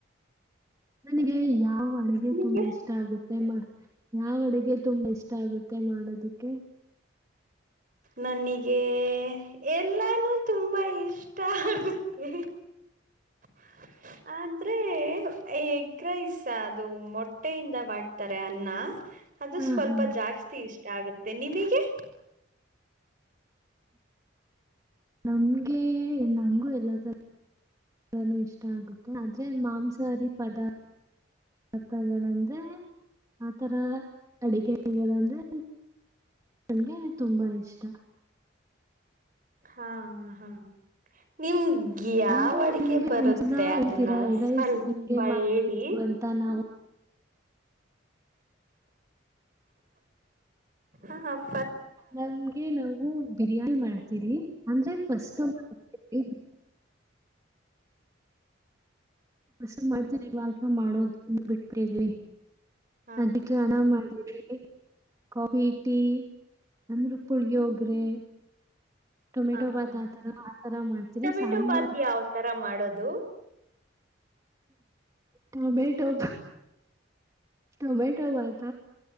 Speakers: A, on the right (about 15°); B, on the right (about 45°).
A: ನನಗೆ <unintelligible> ಯಾವ ಅಡುಗೆ
B: ನಿಮಗೆ
A: ತುಂಬಾ ಇಷ್ಟ ಆಗುತ್ತೆ ಯಾವ ಅಡುಗೆ ತುಂಬಾ ಇಷ್ಟ ಆಗುತ್ತೆ ಮಾಡೋದು. ಕ <unintelligible>
B: ನನಗೆ ಎಲ್ಲಾನು ತುಂಬಾ ಇಷ್ಟ ಆಗುತ್ತೆ. <inaudible> ಆದ್ರೆ ಎಗ್ರೈಸ್ ಅದು ಮೊಟ್ಟೆಯಿಂದ ಮಾಡ್ತಾರೆ ಅನ್ನ. ಅದು
A: ಹಾ
B: ಸ್ವಲ್ಪ
A: ಹಾ
B: ಜಾಸ್ತಿ ಇಷ್ಟ ಆಗುತ್ತೆ ನಿಮಗೆ.
A: ನಮ್ಗೆ ನಂಗೂ ಅದ್ರುದೇ. ನಾನ್ ವೆಜ್ ಇಷ್ಟ ಆಗುತ್ತೆ ಆದ್ರೆ ಮಾಂಸಾಹಾರಿ ಪದಾರ್ಥ ಕೊಳ್ಲಂಜೆ ಆತರ ಎಲ್ಲ ಅಡಿಗೆಗಳಂದ್ರೆ ನನಗೆ ತುಂಬಾ ಇಷ್ಟ.
B: ಹಾ ಹಾ ಏನು ಯಾವ
A: ಅಂದ್ರು
B: ಅಡ್ಗೆ
A: ನಿಮ್ಗೆ
B: ಬರುತ್ತೆ
A: ಒಂದ್ಸಲ ಹೇಳ್ತೀರಾ
B: ಅದನ್ನ ಸ್ವಲ್ಪ
A: ಹಿಂಗೆ ಮಾಡು
B: ಹೇಳಿ.
A: ಅಂತ ನಾವು
B: ಎನಫ್
A: ನಮ್ಗೆ ನಾವು ಬಿರಿಯಾನಿ ಮಾಡು ಚೀರಿ ಅಂದ್ರೆ ಫಸ್ಟ್ ಎಗ್, ಫಸ್ಟ್ ಮಾಡ್ತಿರಿ ಬಾಟಲ್ ಮಾಡೋದನ್ನು ಬಿಟ್ಟಿದೀವಿ
B: ಹಾ
A: ಅದಕ್ಕೆ ಹಣ ಮಾಡ ಕಾಫಿ ಟೀ ಅಂದ್ರೆ ಪುಳಿಯೋಗ್ರೆ ಟೊಮೆಟೊ
B: ಹಾ ಹಾ
A: ಬಾತ್ ಆತರ ಆತರ ಮಾಡ್ತೀವಿ
B: ಟೊಮೆಟೊ
A: ಸಾಂಬಾರ್,
B: ಬಾತ್ ಯಾವ ತರ ಮಾಡೋದು
A: ಟೊಮೆಟೊ ಟೊಮೆಟೊ ಬಾತ